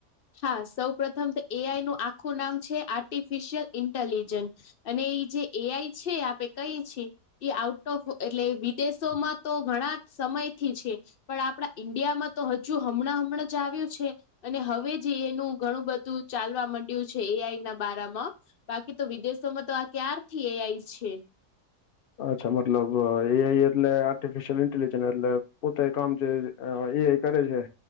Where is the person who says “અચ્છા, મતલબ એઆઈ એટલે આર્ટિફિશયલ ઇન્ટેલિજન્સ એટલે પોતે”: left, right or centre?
Left